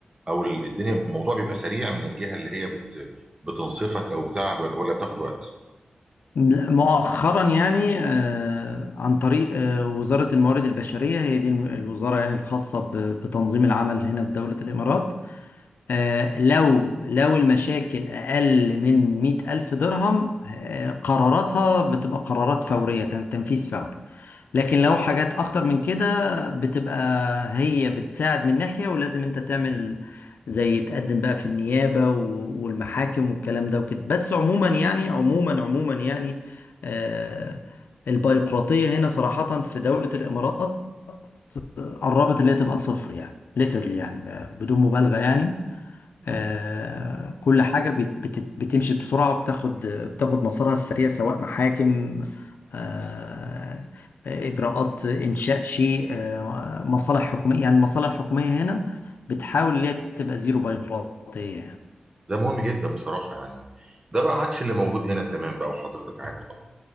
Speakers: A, on the right; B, on the left.
A: او ال- الدنيا الموضوع بيبقى سريع من الجهه اللي هي بت بتنصفك او بتاع ولا بتاخد وقت
B: لا، مؤخرا يعني آه، عن طريق آه، وزارة الموارد البشرية هي دي الم- الوزارة يعني الخاصة ب- بتنظيم العمل هنا في دولة الإمارات آه، لو لو المشاكل أقل من مئة ألف درهم آه، قراراتها بتبقى قرارات فورية تن- تنفيذ فوري لكن لو حاجات اكتر من كده بتبقى هي بتساعد من ناحية ولازم انت تعمل زي تقدم بقى في النيابة و- والمحاكم والكلام ده وكده بس عموما يعني عموما عموما يعني آه البيروقراطية هنا صراحة في دولة الامارات قربت اللي هي تبقى صفر يعني ليترلي يعني ب- بدون مبالغة يعني
A: مم.
B: آه، كل حاجة بت- بت- بتمشي بسرعة بتاخد بتاخد مسارها السريع سواء محاكم آه، إجراءات إنشاء شيء آه، مصالح حكومية يعني المصالح الحكومية هنا بتحاول إن هي تبقى زيرو بيروقراطية يعني
A: ده مهم جدا بصراحه يعني ده بقى عكس اللي موجود هنا تمام بقى وحضرتك عارف طبعا